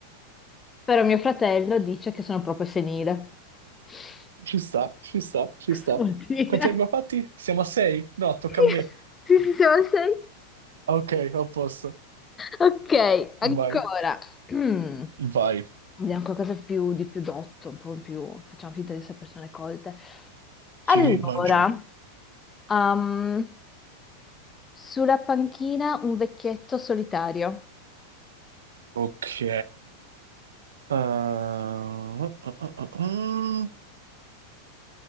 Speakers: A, on the left (about 15°); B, on the right (about 65°).
A: Però mio fratello dice che sono proprio senile. <laughs>
B: Ci sta, ci sta, ci
A: Cosa
B: sta.
A: vuol dire?
B: Quanti ne abbiamo fatti? Siamo a sei? No, tocca
A: Sì,
B: a me.
A: sì, sì, siamo a sei.
B: Ah, Ok, a posto.
A: Ok, ancora.
B: Vai.
A: <clears throat> Mm.
B: Vai.
A: Vediamo qualcosa più, di più dotto, un po' più... Facciamo finta di essere persone colte.
B: Sì,
A: Allora,
B: immagino.
A: ehm, sulla panchina un vecchietto solitario.
B: Ok. Ah, ah, ah, ah, ah.